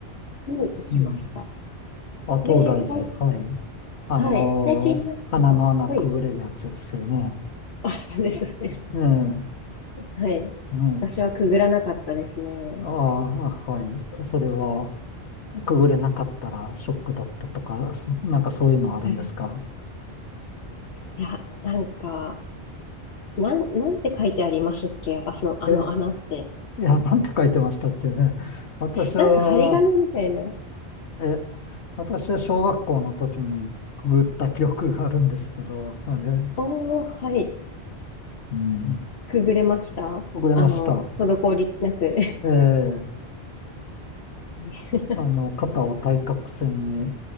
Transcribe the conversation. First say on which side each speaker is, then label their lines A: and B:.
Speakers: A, on the left; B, on the left.
A: に行きました。
B: うん。あ、東大寺。
A: で、さい、
B: はい。あのー鼻の穴くぐれるやつですよね。
A: はい、最近になっては、はい、あ、そうです、そうです。
B: ね
A: はい。
B: え、ねえ。
A: 私はくぐらなかったですね。
B: ああ、はい。それは、くぐれなかったらショックだったとか、そなんかそういうのあるんですか
A: はい。いや、なんか、なん、なんて書いてありますっけあ、その、あの穴って。
B: え、いや、なんて書いてましたっけね。私は、
A: なんか張り紙みたいな。
B: え、私は小学校の時にくぐった記憶があるんですけど、あれ、
A: おー、はい。
B: うん、
A: くぐれましたあの、
B: くぐれました。
A: 滞りなく
B: ええ
A: <laughs>
B: あの、肩を対角線に